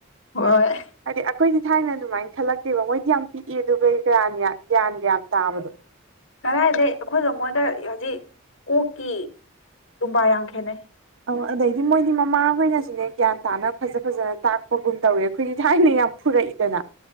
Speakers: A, on the left; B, on the right.
A: ꯍꯣꯏ
B: ꯍꯥꯏꯗꯤ ꯑꯩꯈꯣꯏꯗꯤ ꯊꯥꯏꯅ ꯑꯗꯨꯃꯥꯏꯅ ꯈꯜꯂꯛꯇꯦꯕ ꯃꯣꯏꯗꯤ ꯌꯥꯝ ꯄꯤꯛꯏ ꯑꯗꯨꯒ ꯒ꯭ꯌꯥꯟꯒ ꯌꯥꯝ ꯇꯥꯕꯗꯣ
A: ꯀꯗꯥꯏꯗꯩ ꯑꯩꯈꯣꯏꯒ ꯃꯣꯏꯗ ꯍꯧꯖꯤꯛ ꯀꯣꯛꯀꯤ ꯇꯨꯝꯕꯥ ꯌꯥꯝ ꯈꯦꯠꯅꯩ
B: ꯑ ꯑꯗꯩꯗꯤ ꯃꯣꯏꯗꯤ ꯃꯃꯥ ꯍꯣꯏꯅꯁꯨꯅꯦ ꯒ꯭ꯌꯥꯟ ꯇꯥꯅ ꯐꯖ ꯐꯖꯅ ꯇꯥꯛꯄꯒꯨꯝ ꯇꯧꯔꯦ ꯑꯩꯈꯣꯏꯗꯤ ꯊꯥꯏꯅ ꯌꯥꯝ ꯐꯨꯔꯛꯏꯗꯅ